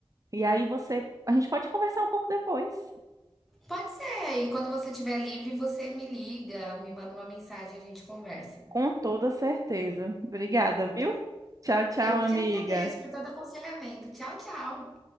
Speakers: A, on the right; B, in the centre.
A: e aí você, a gente pode conversar um pouco depois,
B: Pode ser, e quando você estiver livre, você me liga, me manda uma mensagem e a gente conversa.
A: com toda certeza. Obrigada, viu? Tchau, tchau,
B: Eu que
A: amiga.
B: te agradeço por todo aconselhamento. Tchau, tchau.